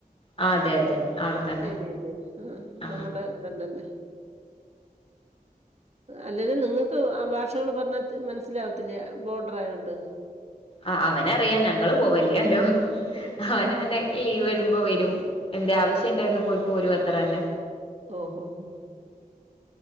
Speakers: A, on the left; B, on the right.
A: ആ അതെ അതെ അവിടെത്തന്നെ
B: ഏരിയല്ല ആഹ്
A: ആ
B: നമ്മുടെ അല്ലല്ലേ അല്ലല്ല നിങ്ങൾക്ക് ആ ഭാഷ ഭക്ഷങ്ങൾ പറഞ്ഞാൽ മനസ്സിലാവത്തില്ലേ ബോർഡർ ആയതുകൊണ്ട്
A: ആ അവന് അറിയാം ഞങ്ങള് പോവല്ലല്ലോ അവന
B: ആഹ്
A: വെ ലീവ് വരുമ്പോ വരും എന്തേ ആവശ്യം ഉണ്ട എന്ന് പോയി പോ പോരും അത്ര തന്നെ
B: ഓഹ് ഓഹ് ഓഹ്